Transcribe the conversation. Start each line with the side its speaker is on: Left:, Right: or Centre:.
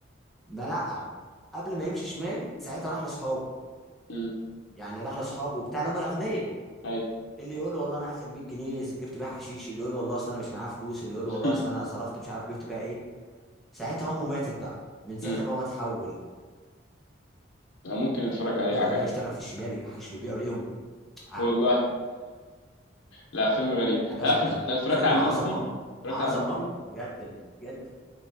Centre: ما لا قبل ما يمشي شمال ساعتها راح لاصحابه
Left: امم
Centre: يعني راح لاصحابه وبتاع اللي هم الاغنياء
Left: اي
Centre: اللي يقول له والله انا اخر 100 جنيه جبت بيها حشيش اللي يقول له والله اصل انا مش معايا فلوس اللي يقول له
Left: <laughs>
Centre: والله اصل انا صرفت مش عارف جبت بيها ايه ساعتها امه ماتت بقى من ساعتها
Left: امم
Centre: بقى هو اتحول
Left: أنا ممكن اتفرج عليه
Centre: بدا
Left: عجبني
Centre: بقى يشتغل في الشمال ويجيب حشيش ويبيعه ليهم ع-
Left: والله لا فيلم غريب
Centre: عجبك
Left: تعرف
Centre: ده
Left: الف... انت اتفرجت
Centre: فيلم
Left: على
Centre: عظمه
Left: المنسي اتفرجت
Centre: عظمه
Left: على المنسي
Centre: بجد ال- بجد